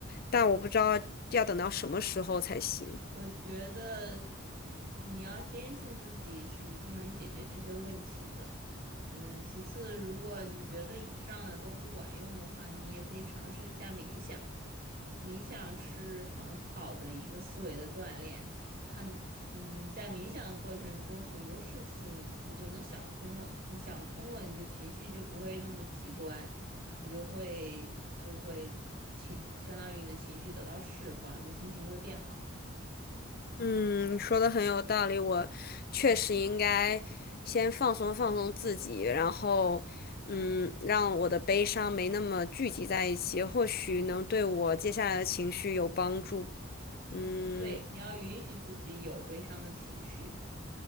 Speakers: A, on the left (about 45°); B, on the right (about 50°).
A: 但我不知道要等到什么时候才行。
B: 我觉得你要坚信自己是一定能解决这些问题的。嗯，其次，如果你觉得以上的都不管用的话，你也可以尝试一下冥想。冥想是很好的一个思维的锻炼，它嗯，在冥想的过程中，很多事情你就能想通了。你想通了，你的情绪就不会那么极端，你就会就会情，相当于你的情绪得到释放，你的心情就会变好。
A: 嗯，你说的很有道理，我确实应该先放松放松自己，然后，嗯，让我的悲伤没那么聚集在一起，或许能对我接下来的情绪有帮助。嗯，
B: 对，你要允许自己有悲伤的情绪，